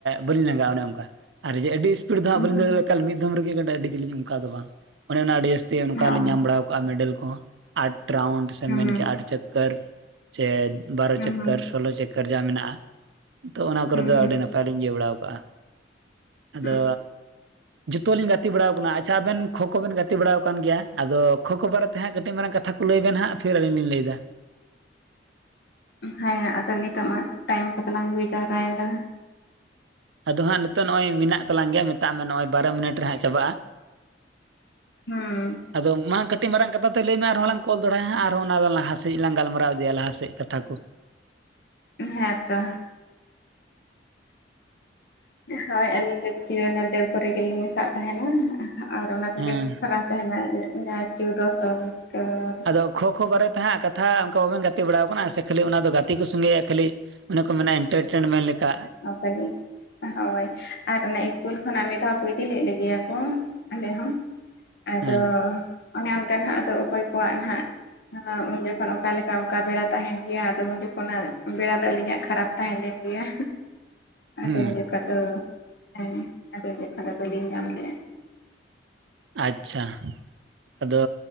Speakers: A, on the right (about 75°); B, on the left (about 60°).
A: ᱵᱟᱹᱞᱤᱧ ᱞᱟᱸᱜᱟ ᱟ ᱚᱱᱮ ᱚᱱᱠᱟ ᱟᱨ ᱡᱮ ᱟᱹᱰᱤ ᱤᱥ ᱤᱥᱯᱤᱰ ᱫᱚ ᱦᱟᱸᱜ
B: ᱦᱩᱸ
A: ᱵᱟᱹᱞᱤᱧ
B: ᱦᱩᱸ
A: ᱫᱟᱹᱲ ᱮᱠᱟᱞ ᱢᱤᱫ ᱫᱷᱚᱢ ᱨᱮᱜᱮ ᱟᱹᱰᱤ ᱡᱤᱞᱤᱧ ᱚᱱᱠᱟ ᱫᱚ ᱵᱟᱝ ᱚᱱᱮ ᱚᱱᱟ ᱟᱹᱰᱤ ᱡᱟᱹᱥᱛᱤ ᱚᱱᱠᱟ
B: ᱦᱚᱸ
A: ᱞᱤᱧ ᱧᱟᱢ ᱵᱟᱲᱟᱣ ᱢᱮᱰᱮᱞ ᱠᱚᱦᱚᱸ ᱟᱴ ᱨᱟᱣᱩᱱᱰ ᱥᱮ
B: ᱦᱩᱸ
A: ᱢᱮᱱ
B: ᱦᱩᱸ
A: ᱠᱮᱜᱼᱟ ᱟᱴ ᱪᱚᱠᱚᱨ ᱥᱮ ᱵᱟᱨᱚ ᱪᱚᱠᱚᱨ
B: ᱦᱩᱸ
A: ᱥᱳᱞᱳ ᱪᱠᱚᱨ ᱡᱟ ᱢᱮᱱᱟᱜᱼᱟ ᱛᱚ ᱚᱱᱟ ᱠᱚᱨᱮ
B: ᱦᱩᱸ
A: ᱫᱚ
B: ᱦᱩᱸ
A: ᱟᱹᱰᱤ ᱱᱟᱯᱟᱭ ᱵᱟᱹᱤᱧ ᱤᱭᱟᱹ ᱵᱟᱲᱟᱣ ᱠᱟᱜᱼᱟ ᱟᱫᱚ
B: ᱦᱩᱸ
A: ᱡᱚᱛᱚ ᱞᱤᱧ ᱜᱟᱛᱮ ᱵᱟᱲᱟᱣ ᱠᱟᱱᱟ ᱟᱪᱪᱷᱟ ᱟᱵᱮᱱ ᱠᱷᱳ ᱠᱷᱳ ᱵᱮᱱ ᱜᱟᱛᱮ ᱵᱟᱲᱟᱣ ᱠᱟᱱ ᱜᱮᱭᱟ ᱟᱫᱚ ᱠᱷᱳ ᱠᱷᱳ ᱵᱟᱨᱮ ᱛᱮ ᱦᱟᱸᱜ ᱠᱟᱹᱴᱤᱡ ᱢᱟᱨᱟᱝ ᱠᱟᱛ ᱠᱟᱛᱷᱟ ᱞᱟᱹᱭ ᱵᱤᱱ ᱦᱟᱸᱜ ᱯᱷᱤᱨ ᱟᱹᱞᱤᱧ ᱞᱤᱧ ᱞᱟᱹᱭ ᱫᱟ
B: ᱦᱮᱸ ᱟᱫᱚ ᱱᱤᱛᱚᱜ ᱢᱟ ᱴᱟᱭᱤᱢ ᱠᱚ ᱛᱟᱞᱟᱝ ᱦᱩᱭ ᱡᱟᱣᱨᱟᱭᱮᱱ ᱫᱚ
A: ᱟᱫᱚ ᱦᱟᱸᱜ ᱱᱤᱛᱚᱜ ᱱᱚᱜᱼᱚᱭ ᱢᱮᱱᱟᱜ ᱛᱟᱞᱟᱝ ᱜᱮ ᱢᱮᱛᱟᱜ ᱢᱮ ᱱᱚᱜᱼᱚᱭ ᱵᱟᱨᱚ ᱢᱤᱱᱤᱴ ᱨᱮ ᱦᱟᱸᱜ ᱪᱟᱵᱟᱜᱼᱟ
B: ᱦᱩᱸ
A: ᱟᱫᱚ ᱢᱟ ᱠᱟᱹᱴᱤᱡ ᱢᱟᱨᱟᱝ ᱠᱟᱛᱷᱟ ᱛᱮ ᱞᱟᱹᱭ ᱢᱮ ᱟᱨᱦᱚᱸ ᱞᱟᱝ ᱠᱚᱞ ᱫᱚᱲᱦᱟᱭ ᱦᱟᱸᱜ ᱟᱨᱦᱚᱸ ᱚᱱᱟ ᱞᱟᱦᱟ ᱥᱮᱡ ᱞᱟᱝ ᱜᱟᱞᱢᱟᱨᱟᱣ ᱤᱫᱤᱭᱟ ᱞᱟᱦᱟ ᱥᱮᱫ ᱠᱟᱛᱷᱟ ᱠᱚ
B: ᱦᱮᱸ ᱛᱚ
A: <inaudible>
B: ᱦᱳᱭ ᱟᱹᱞᱤᱧ ᱫᱚ ᱵᱮᱥᱤ ᱫᱚ ᱫᱟᱹᱲ ᱠᱚᱨᱮ ᱜᱮᱞᱤᱧ ᱢᱮᱥᱟᱜ ᱛᱟᱸᱦᱮᱱᱟ ᱟᱨ ᱚᱱᱟ
A: ᱦᱮᱸ
B: ᱠᱷᱟᱨᱟ ᱛᱟᱸᱦᱮᱱᱟ ᱡᱟᱦᱟᱸ ᱪᱳᱫᱚ ᱥᱚ ᱢᱤᱴᱚᱨ
A: ᱟᱫᱚ ᱠᱷᱳ ᱠᱷᱳ ᱵᱟᱨᱮ ᱛᱮ ᱦᱟᱸᱜ ᱠᱟᱛᱷᱟ ᱚᱱᱠᱟ ᱵᱟᱵᱤᱱ ᱜᱟᱛᱮ ᱵᱟᱲᱟᱣ ᱠᱟᱱᱟ ᱥᱮ ᱠᱷᱟᱹᱞᱤ ᱚᱱᱟ ᱫᱚ ᱜᱟ ᱜᱟᱛᱮ ᱠᱚ ᱥᱚᱸᱜᱮᱭᱟ ᱠᱷᱟᱹᱞᱤ ᱚᱱᱟ ᱠᱚ ᱢᱮᱱᱟ ᱤᱱᱴᱟᱨᱴᱮᱱᱢᱮᱱ ᱞᱮᱠᱟ
B: ᱛᱟᱞᱤᱧ ᱦᱳᱭ ᱟᱨ ᱚᱱᱟ ᱤᱥᱠᱩᱞ ᱠᱷᱚᱱᱟᱜ ᱢᱤᱫ ᱫᱷᱟᱣ ᱠᱚ ᱤᱫᱤ ᱞᱮᱜ ᱞᱮᱜᱮᱭᱟ ᱠᱚ ᱟᱞᱮ ᱦᱚᱸ ᱟᱫᱚ
A: ᱦᱮᱸ
B: ᱚᱱᱮ ᱚᱱᱠᱟ ᱦᱟᱸᱜ ᱟᱫᱚ ᱚᱠᱚᱭ ᱠᱚᱣᱟᱜ ᱱᱟᱦᱟᱜ ᱟᱫᱚ ᱩᱱ ᱡᱚᱠᱷᱚᱱ ᱚᱠᱟ ᱞᱮᱠᱟ ᱚᱠᱟ ᱵᱮᱲᱟ ᱛᱟᱸᱦᱮᱱ ᱜᱮᱭᱟ ᱟᱫᱚ ᱩᱱ ᱡᱚᱠ ᱚᱱᱟ ᱵᱮᱲᱟ ᱫᱚ ᱟᱹᱞᱤᱧ ᱟᱜ ᱠᱷᱟᱨᱟᱯ ᱛᱟᱦᱮᱸ ᱞᱮᱱ ᱜᱮᱭᱟ
A: ᱦᱩᱸ
B: ᱟᱫᱚ ᱡᱚᱛᱚ ᱟᱫᱚ ᱦᱮᱸ ᱟᱫᱚ <inaudible> ᱵᱟᱹᱞᱤᱧ ᱧᱟᱢ ᱞᱮᱜᱼᱟ
A: ᱟᱪᱪᱷᱟ ᱟᱫᱚ